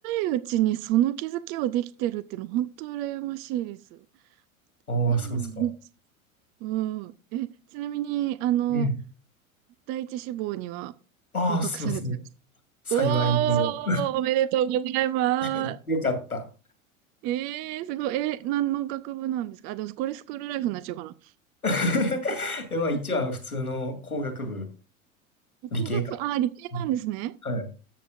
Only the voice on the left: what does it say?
ああ、
そうっすか。
うん。
ああ、そうですね。幸いにも。
<laughs> よかった。
<laughs> え、まあ一応あの普通の工学部、
理系か。
うんはい